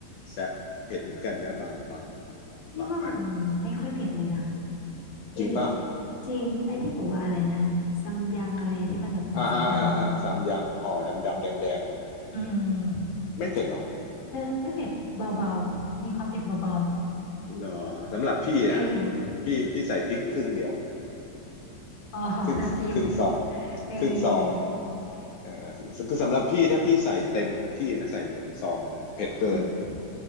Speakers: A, on the left; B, on the left.
A: แซ่บเผ็ดเหมือนกันนะบางบาง
B: นี่ว่ามันไม่ค่อยเผ็ดเลยนะ
A: บางอัน
B: เอ๊ะหรือ
A: จริงป่ะ
B: จริงไอ้ที่บอกว่าอะไรนะซัมยังอะไรที่มันแบบห่อสีดำอ่ะ
A: อ่าอ่าอ่าอ่าสามอยังห่อดำดำแดงแดงๆนะ
B: อืมอืม
A: ไม่เผ็ดหรอก
B: เออไม่เผ็ดเบาๆ มีความเผ็ดเบา
A: เหรอสำหรับพี่น่ะ
B: ๆเออ
A: พี่พี่ใส่พริกครึ่งเดียวอะ
B: อ๋อน้ำพริก
A: ครึ่งครึ่งซอง
B: เออเออเออ
A: ครึ่งซองเอ่อคือคือสำหรับพี่ถ้าพี่ใส่เต็มที่นะใส่หมดซองนะเผ็ดเกิน
B: อืม